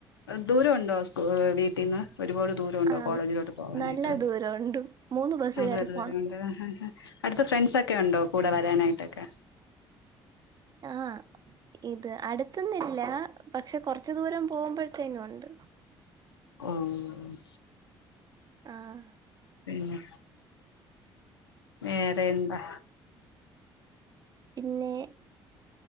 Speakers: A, on the left (about 85°); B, on the right (about 30°).
A: ദൂരമുണ്ടോ സ്കൂ വീട്ടിന്ന് ഒരുപാട് ദൂരുമുണ്ടോ
B: ആഹ്
A: കോളേജിലോട്ട് പോവാനായിട്ട്
B: നല്ല ദൂരവുണ്ട് മൂന്ന് ബസ്സ്
A: <unintelligible>
B: കയറി പോണം
A: അടുത്ത് ഫ്രണ്ട്സൊക്കെ ഉണ്ടോ കൂടെ വരാനായിട്ടൊക്കെ
B: ആഹ് ഇത് അടുത്തന്നില്ല പക്ഷെ കൊറച്ച് ദൂരം പോകുമ്പോഴത്തേനും ഉണ്ട്
A: ഓഹ് ഓഹ്
B: ആഹ്
A: പിന്നെ വേറെയെന്താ
B: പിന്നെ